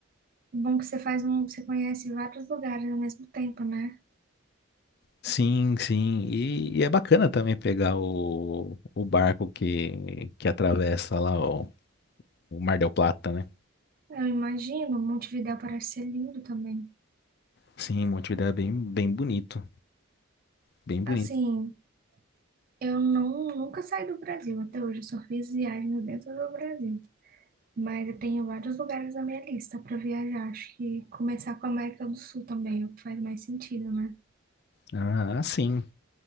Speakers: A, on the right; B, on the left.
A: Bom que você faz um, você conhece vários lugares ao mesmo tempo, né?
B: Sim, sim. E, e é bacana também pegar o, o barco que, que atravessa lá o, o Mar del Plata, né?
A: Eu imagino, Montevidéu parece ser lindo também.
B: Sim, Montevidéu é bem, bem bonito. Bem bonito.
A: Assim, eu não, nunca saí do Brasil até hoje, eu só fiz viagens dentro do Brasil. Mas eu tenho vários lugares na minha lista para viajar. Acho que começar com a América do Sul também, é o que faz mais sentido, né?
B: Ah, sim.